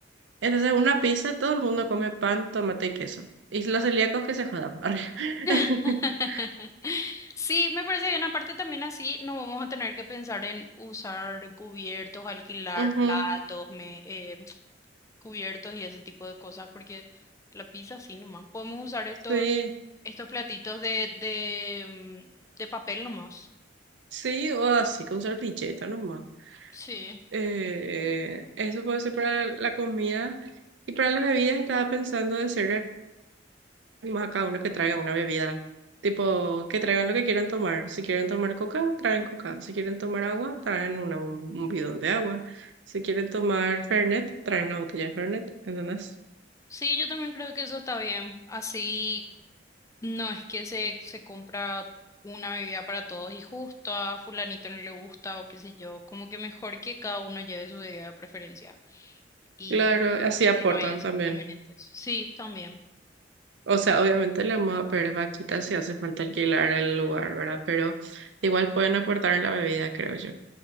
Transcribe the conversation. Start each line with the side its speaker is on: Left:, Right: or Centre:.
Right: Entonces una pizza, todo el mundo come pan, tomate y queso. Y los celíacos que se jodan. <laughs> Arre.
Left: <laughs>
Right: <laughs>
Left: Sí, me parece bien. Aparte también así no vamos a tener que pensar en usar cubiertos, alquilar
Right: Ujú.
Left: platos, me, eh, <tsk> cubiertos y ese tipo de cosas, porque la pizza sí nomás. Podemos usar estos,
Right: Sí,
Left: estos platitos de, de, mm, de papel nomás.
Right: sí, o así con servilleta nomás.
Left: Sí.
Right: Eh, eso puede ser para la comida. Y para las bebidas estaba pensando de hacerle más a cada uno que traiga una bebida. Tipo, que traigan lo que quieran tomar. Si quieren tomar coca, traen coca. Si quieren tomar agua, traen una- un, un bidón de agua. Si quieren tomar Fernet, traen una botella de Fernet. ¿Entendés?
Left: Sí, yo también creo que eso está bien. Así No, es que se, se compra una bebida para todos y justo a fulanito no le gusta o qué sé yo, como que mejor que cada uno lleve su bebida de preferencia y,
Right: Claro, así
Left: y
Right: aportan
Left: así no hay esos
Right: también.
Left: inconvenientes. Sí, también,
Right: O sea, obviamente le vamos a pedir vaquita si hace falta alquilar el lugar, ¿verdad? Pero igual pueden aportar en la bebida, creo yo.